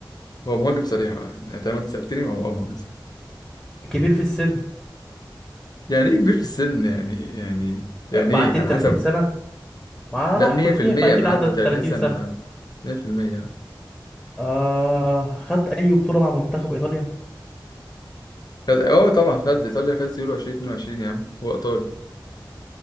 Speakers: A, on the left; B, in the centre.
A: هو مهاجم صريح اه يعني طالما انت سألتني هو اه مهاجم صريح
B: كبير في السن
A: يعني ايه كبير في السن يعني يعني يعني
B: آه، معدي
A: ايه على
B: ال 30
A: حسب
B: سنة ما
A: لا
B: راح
A: 100%
B: تركيا فأكيد
A: معدي
B: عدى
A: 30
B: 30
A: سنة
B: سنة
A: اه 100%
B: آه خد أي بطولة مع منتخب إيطاليا
A: خد اه طبعا خد ايطاليا خدت يورو 2022 يا عم هو ايطالي